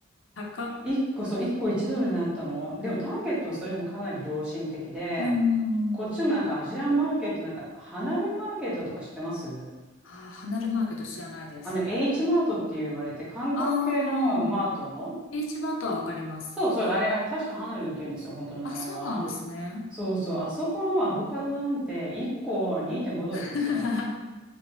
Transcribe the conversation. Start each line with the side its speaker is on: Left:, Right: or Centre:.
Left: 高っ。
Centre: 1個そう、1個1ドルになったの。でもターゲットはそれでもかなり良心的で、
Left: うんうんうん。
Centre: こっちのなんかアジアンマーケット、なんか離れマーケットとか知ってます
Left: ああ、離るマーケット知らないです。
Centre: あの、H マートって言われて、韓国系のマート
Left: ああ、H マートはわかります。
Centre: そう、それ、あれ、あ確かハナルンって言うんですよ、本当の名前は。
Left: あ、そうなんですね。
Centre: そうそう、あそこのアボカドなんて1個2.5ドルですよ。
Left: <laughs>